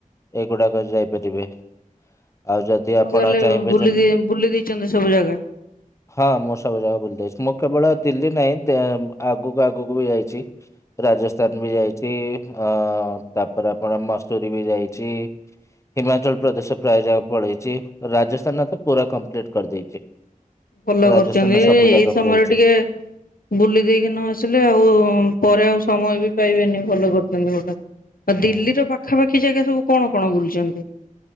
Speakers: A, on the left (about 20°); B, on the left (about 90°).
A: ଏଇଗୁଡାକ ଯାଇପାରିବେ। ଆଉ ଯଦି ଆପଣ
B: ତାହେଲେ
A: ଚାହିଁବେ
B: ବୁଲି
A: ଯେ
B: ଦେଇ ବୁଲି ଦେଇଛନ୍ତି ସବୁ ଜାଗା
A: ହଁ ମୁଁ ସବୁ ଯାଗା ଫୁଲିଯାଇଛି ମୁଁ କେବଳ ଦିଲ୍ଲୀ ନାହିଁ ଆଁ ଆଗକୁ ଆଗକୁ ବି ଯାଇଛି ରାଜସ୍ଥାନ ବି ଯାଇଛି ଆଁ ତାପରେ ଆପଣ ମସୁରୀ ବି ଯାଇଛି। ହିମାଚଳ ପ୍ରଦେଶ ପ୍ରାୟ ଯାଏ ପଳେଇଛି ରାଜସ୍ଥାନ ତ ପୁରା କମ୍ପ୍ଲିଟ୍ କରିଦେଇଛି।
B: ଭଲ
A: ରାଜସ୍ଥାନର
B: କରୁଛନ୍ତି
A: ସବୁ
B: ଏଇ
A: ଜାଗା
B: ସମୟରେ
A: ମୁଁ ଯାଇଛି।
B: ଟିକେ ବୁଲି ଦେଇକି ନ ଆସିଲେ ଆଉ ପରେ ଆଉ ସମୟ ବି ପାଇବେନି ଭଲ କରିଛନ୍ତି ଗୋଟେ ଆଉ
A: ଉଁ
B: ଦିଲ୍ଲୀର ପାଖାପାଖି ଜାଗା ସବୁ କଣ? କଣ ବୁଲିଛନ୍ତି?